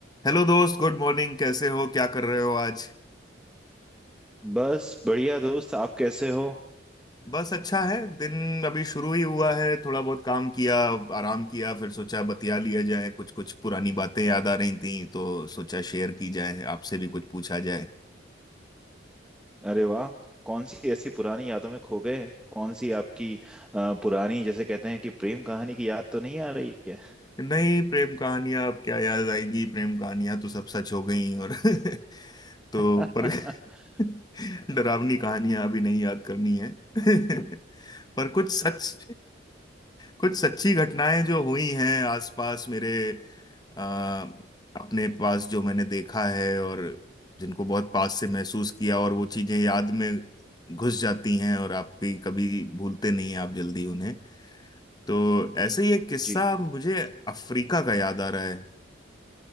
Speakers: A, on the left (about 20°); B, in the centre.
A: Hello दोस्त good morning कैसे हो क्या कर रहे हो आज
B: बस बढ़िया दोस्त आप कैसे हो
A: बस अच्छा है दिन अभी शुरू ही हुआ है थोड़ा बहुत काम किया आराम किया फिर सोचा बतिया लिया जाए कुछ कुछ पुरानी बातें याद आ रही थी तो सोचा शेयर की जाए आपसे भी कुछ पूछा जाए
B: अरे वाह कौन सी ऐसी पुरानी यादों में खो गए कौन सी आपकी अ, पुरानी जैसे कहते हैं कि प्रेम कहानी की याद तो नहीं आ रही है
A: नहीं प्रेम कहानियां अब क्या याद आएंगी प्रेम कहानियां तो सब सच हो गई और <laughs> तो
B: <laughs>
A: पर <laughs> डरावनी कहानियां अभी नहीं याद करनी है <laughs> पर कुछ सच कुछ सच्ची घटनाएं जो हुई हैं आसपास मेरे आ, अपने पास जो मैंने देखा है और जिनको बहुत पास से महसूस किया और वो चीजें याद में घुस जाती हैं और आपकी कभी भूलते नहीं हैं आप जल्दी उन्हें तो ऐसे ही एक किस्सा
B: जी
A: मुझे अफ्रीका का याद आ रहा है